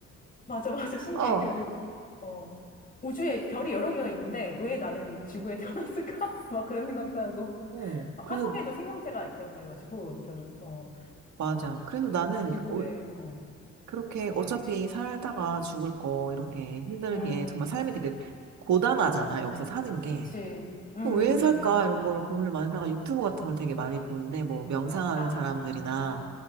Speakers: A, on the left; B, on the right.
A: 맞아, 맞아. 신기해.
B: <laughs> 어,
A: 그리고, 어, 우주에 별이 여러 개가 있는데 왜 나는 지구에 태어났을까? <laughs> 막 그런 생각도 하고.
B: 어.
A: 아,
B: 그래서,
A: 화성에도 생명체가 있다고 그래가지고, 아무튼, 어,
B: 맞아. 그래서 나는
A: 지구에,
B: 어,
A: 어,
B: 그렇게 어차피 살다가 죽을 거 이렇게 힘들게
A: 음,
B: 정말 삶이 되게 고단하잖아
A: 맞아, 맞아.
B: 여기서 사는 게.
A: 그치. 음,
B: 그왜 살까 이런
A: 음.
B: 거를 고민을 많이 하다가 유튜브 같은 걸 되게 많이 보는데 뭐 명상하는
A: 아,
B: 사람들이나